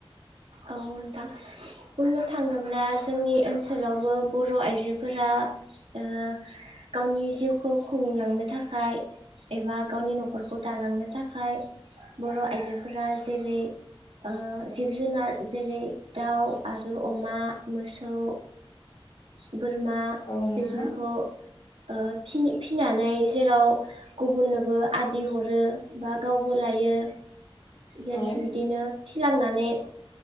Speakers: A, on the right (about 80°); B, on the left (about 60°).
A: औ नोंथां बुंनो थाङोब्ला जोंनि ओनसोलावबो बर' आइजोफोरा ओ गावनि जिउखौ खुंलांनो थाखाय एबा गावनि न'खरखौ दालांनो थाखाय बर' आइजोफोरा जेरै ओ जिब जुनार जेरै दाउ आरो अमा मोसौ बोरमा
B: औ नोंथां
A: बेफोरखौ ओ फि-फिनानै जेराव गुबुननोबो आदि हरो बा गावबो लायो जेरै
B: औ
A: बिदिनो फिलांनानै